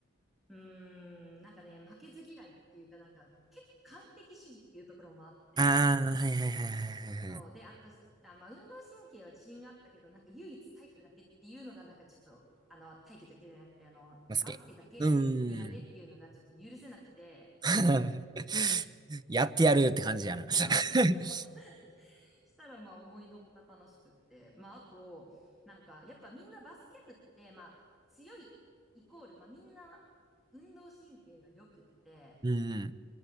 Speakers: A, in the centre; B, on the right (about 20°).
A: うーん、なんかね、負けず嫌いっていうかなんか、結構完璧主義っていうところもあって、
B: ああ、はいはいはいはいはいはい。
A: そう。で、あと、あ、まあ、運動神経は自信があったけど、なんか唯一体育だけっていうのがなんかちょっと、あの、体育だけじゃなくて、あの、
B: バスケ。
A: バスケだけ苦手っていうのがちょっと許せなくて、
B: うーん。
A: <laughs>
B: <laughs> やってやるって感じやな。<laughs>
A: そうそうそう。したら、まあ、思いのほか楽しくって。まあ、あと、なんか、やっぱみんなバスケ部って、まあ、強いイコール、まあ、みんな運動神経が良くって、
B: うん。